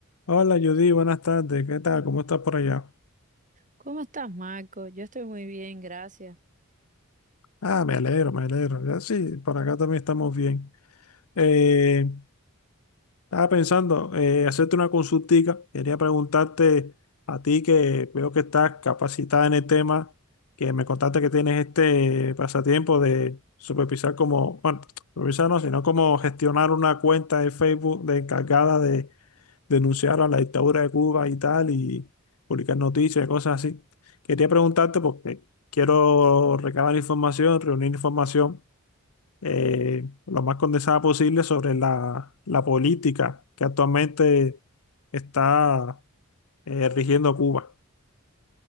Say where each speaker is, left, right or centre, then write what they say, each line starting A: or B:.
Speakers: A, on the left; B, on the right.
A: Hola Judy, buenas tardes. ¿Qué tal? ¿Cómo estás por allá?
B: ¿Cómo estás, Marco? Yo estoy muy bien, gracias.
A: Ah, me alegro, me alegro. Ya sí, por acá también estamos bien. Eh, estaba pensando eh, hacerte una consultica. Quería preguntarte a ti que veo que estás capacitada en el tema, que me contaste que tienes este pasatiempo de supervisar como, bueno, supervisar no, sino como gestionar una cuenta de Facebook de encargada de denunciaron la dictadura de Cuba y tal, y publicar noticias y cosas así. Quería preguntarte porque quiero recabar información, reunir información eh, lo más condensada posible sobre la, la política que actualmente está eh, rigiendo Cuba.